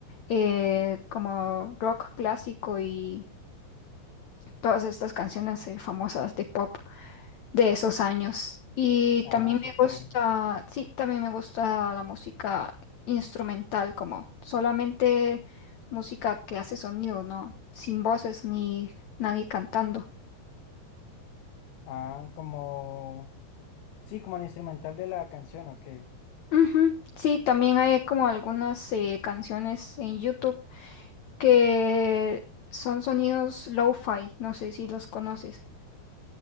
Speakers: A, on the left; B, on the left.
A: eh, como rock clásico y todas estas canciones eh, famosas de pop de esos años. Y
B: Ah,
A: también
B: súper.
A: me gusta, sí, también me gusta la música instrumental, como solamente música que hace sonido, ¿no? Sin voces ni nadie cantando.
B: Ah, como... Sí, como el instrumental de la canción, ¿o qué?
A: Ujú, Sí, también hay como algunas eh, canciones en YouTube que son sonidos lo-fi, no sé si los conoces.